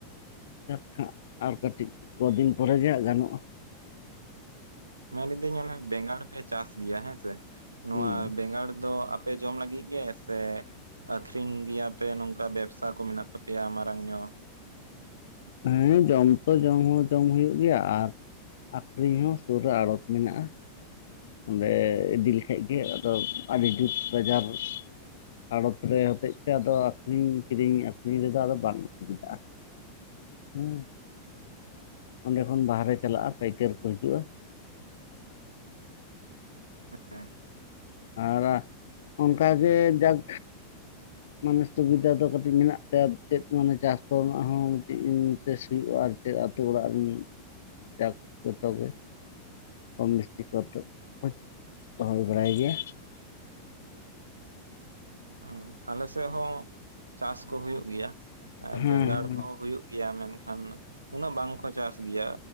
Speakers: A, on the left; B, on the right.
A: ᱱᱤᱛᱚᱜ ᱦᱟᱸᱜ ᱟᱨ ᱠᱟᱹᱴᱤᱡ ᱠᱚ ᱫᱤᱱ ᱯᱚᱨᱮ ᱜᱮ ᱦᱟᱸᱜ ᱜᱟᱱᱚᱜᱼᱟ᱾
B: ᱢᱮᱱᱤᱫᱟᱹᱧ ᱚᱱᱟ ᱵᱮᱸᱜᱟᱲ ᱯᱮ ᱪᱟᱥ ᱜᱮᱭᱟ ᱦᱮᱸᱥᱮ ᱱᱚᱣᱟ
A: ᱦᱩᱸ
B: ᱵᱮᱸᱜᱟᱲ ᱫᱚ ᱟ ᱯᱮ ᱡᱚᱢ ᱞᱟᱹᱜᱤᱫ ᱜᱮ ᱥᱮ ᱟᱹᱠᱷᱨᱤᱧ ᱜᱮᱭᱟᱯᱮ ᱱᱚᱝᱠᱟ ᱵᱮᱵᱽᱥᱟ ᱠᱚ ᱢᱮᱱᱟᱜ ᱛᱟᱯᱮᱭᱟ ᱢᱟᱨᱟᱝ ᱧᱚᱜ?
A: ᱦᱩᱸ ᱡᱚᱢ ᱛᱚ ᱡᱚᱢ ᱦᱚᱸ ᱡᱚᱢ ᱦᱩᱭᱩᱜ ᱜᱮᱭᱟ ᱟᱨ ᱟᱹᱠᱷᱨᱤᱧ ᱦᱚᱸ ᱥᱩᱨ ᱨᱮ ᱟᱲᱚᱛ ᱢᱮᱱᱟᱜᱼᱟ᱾ ᱚᱸᱰᱮ ᱤᱫᱤ ᱞᱮᱠᱷᱟᱡᱜᱤ ᱟᱫᱚ ᱟᱹᱰᱤ ᱡᱩᱛ ᱵᱟᱡᱟᱨ ᱟᱲᱚᱛ ᱨᱮ ᱦᱚᱛᱮᱡ ᱛᱮ ᱟᱫᱚ ᱟᱹᱷᱨᱤᱧ ᱠᱤᱨᱤᱸᱧ ᱟᱠᱷᱨᱤᱧ ᱨᱮᱫᱚ ᱟᱫᱚ ᱵᱟᱝ ᱚᱥᱩᱵᱤᱫᱟᱜᱼᱟ᱾ ᱦᱩᱸ ᱚᱸᱰᱮ ᱠᱷᱚᱱ ᱵᱟᱦᱮᱨᱮ ᱪᱟᱞᱟᱜᱼᱟ ᱯᱟᱹᱭᱠᱟᱹᱨ ᱠᱚ ᱦᱤᱡᱩᱜᱼᱟ,
B: ᱦᱮᱸ
A: ᱟᱨᱟ ᱚᱱᱠᱟ ᱜᱮ ᱡᱟᱠ ᱢᱟᱱᱮ ᱥᱩᱵᱤᱫᱟ ᱫᱚ ᱠᱟᱹᱴᱤᱡ ᱢᱮᱱᱟᱜ ᱛᱟᱭᱟ ᱪᱮᱫ ᱢᱟᱱᱮ ᱪᱟᱥ ᱠᱚᱨᱮᱱᱟᱜ ᱦᱚᱸ ᱢᱤᱫᱴᱤᱡ ᱤᱱᱴᱮᱥ ᱦᱩᱭᱩᱜᱼᱟ ᱟᱨ ᱪᱮᱫ ᱟᱛᱳ ᱚᱲᱟᱜ ᱨᱮᱱ ᱡᱟᱠ ᱡᱷᱚᱛᱚ ᱜᱮ ᱠᱚᱢ ᱵᱮᱥᱤ ᱠᱚᱛᱮ ᱠᱚ ᱫᱚᱦᱚᱭ ᱵᱟᱲᱟᱭ ᱜᱮᱭᱟ᱾
B: ᱩᱸ ᱟᱞᱮ ᱥᱮᱫ ᱦᱚᱸ ᱪᱟᱥ ᱠᱚ ᱦᱩᱭᱩᱜ ᱜᱮᱭᱟ᱾ ᱟ
A: ᱦᱮᱸ
B: ᱵᱮᱸᱜᱟᱲ ᱠᱚᱦᱚᱸ ᱦᱩᱭᱩᱜ ᱜᱮᱭᱟ ᱢᱮᱱᱠᱷᱟᱱ ᱩᱱᱟᱹᱜ ᱵᱟᱝ ᱠᱚ ᱪᱟᱥ ᱜᱮᱭᱟ